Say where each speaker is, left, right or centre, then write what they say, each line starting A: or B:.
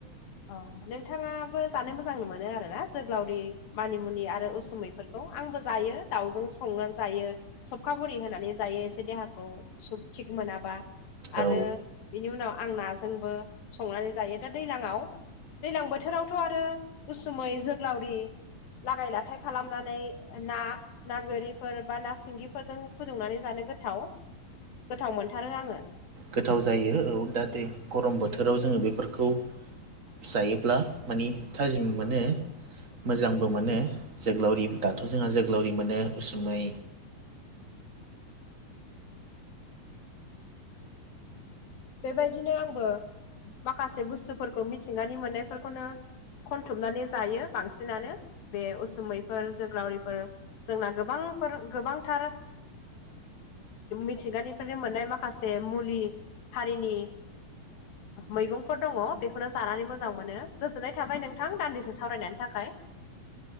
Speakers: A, on the left (about 80°); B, on the right (about 40°).
A: औ नोंथाङाबो जानो मोजां मोनो आरोना जोग्लावरि मानिमुनि आरो उसुमैफोर आंबो जायो दाउजों संनानै जायो सबखा बरि होनानै जायो एसे देहाखौ सब थिग मोनाबा
B: औ
A: आरो बिनि उनाव आं नाजोंबो संनानै जायो दा दैलाङाव दैलां बोथोरावथ' आरो उसुमै जोग्लावरि लागाय लाथाय खालामनानै ना ना गोरिफोर बा ना सिंगिफोरजों फुदुंनानै जानो गोथाव गोथाव मोनथारो आङो
B: गोथाव जायो औ दा दै गरम बोथोराव जोङो बेफोरखौ। जायोब्ला मानि थाजिम मोनो मोजांबो मोनो जोग्लावरि दाथ' जोंहा जोग्लावरि मोनो उसुमै।
A: बेबायदिनो आंबो माखासे बुस्थुफोरखौ मिथिंगानि मोननायफोरखौनो खनथुमनानै जायो बांसिनानो बे उसुमैफोर जोग्लावरिफोर जोंना गोबांफोर गोबांथार मिथिगानिफ्रायनो मोननाय माखासे मुलि हारिनि मैगंफोर दङ बेखौनो जानानै मोजां मोनो गोजोननाय थाबाय नोंथां दान्दिसे सावरायनायनि थाखाय